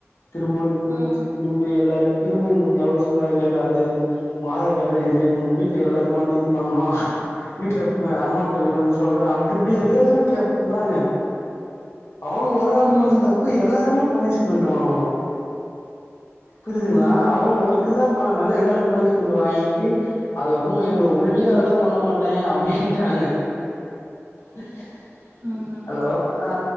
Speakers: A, on the left; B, on the right.
A: திரும்பவும் நிக்க
B: ம்
A: வச்சு திரும்பி எல்லாரு திரும்ப உங்களுக்கு எவ்வள சொன்ன கேக்காது அது உங்க ஆதார் கார்டு இது உங்க வீட்டு எல்லாத்துக்கும் வந்து இது பண்ணோம் வீட்ல அம்மா அப்பா கிட்ட வந்து சொல்ற அப்டி இப்டி எது ஏதயோ கேப் பன்றாங்க அவுக ஒரு ஆள்
B: ம்
A: பண்ண தப் பு எல்லாருமே பனிஷ்மெண்டு வாங்கனோம் பிற
B: ம்
A: ஆ அவுங்க ஒருத்தர்தா பன்னால எல்லாரு பனிஷ்மெண்டு வாங்கிட்டு அதுக்கப்புறமா எங்க உள்ளயே அளோவ் பண்ணமாட்டேன் அப்டின்ட்டாங்க <inaudible>
B: ம்
A: ஹலோ அ